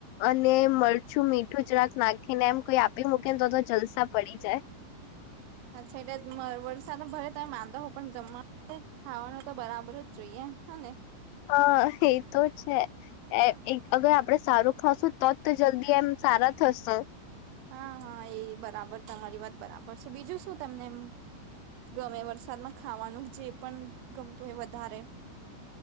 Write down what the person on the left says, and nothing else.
અને મરચું મીઠું જરાક નાખીને એમ કોઈ આપી મૂકે ને તો તો જલસા પડી જાય.
હા એ તો છે. એ એક અગર આપડે સારું ખાશું તો જ તો જલ્દી એમ સારા થશું.